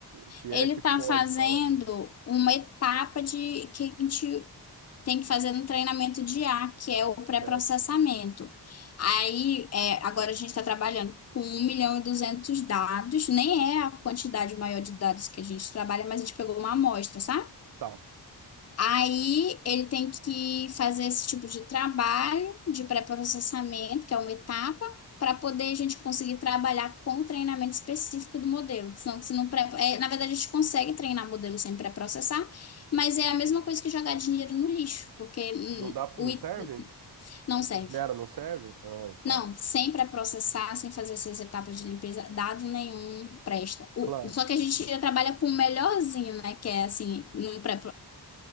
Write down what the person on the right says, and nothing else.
Se
é que
pode
falar, né?
É,
tá.
Não dá,
não
serve?
O
que gera não serve? Ah, tá.
Claro,